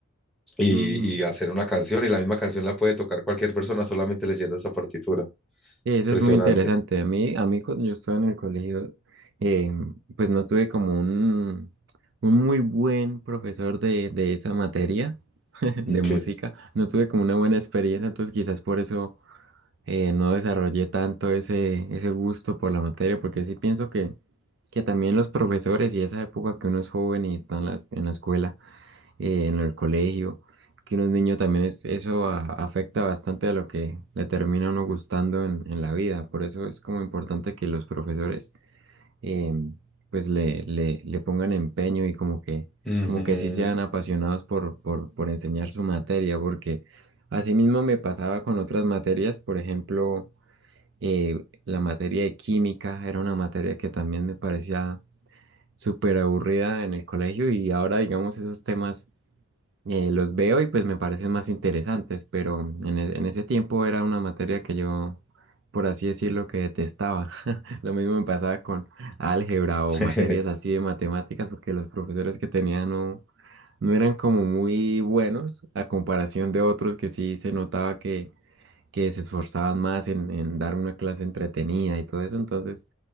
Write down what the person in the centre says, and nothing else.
Y,
y hacer una canción, y la misma canción la puede tocar cualquier persona solamente leyendo esa partitura.
Impresionante.
Ok.
Ujú.
<laughs>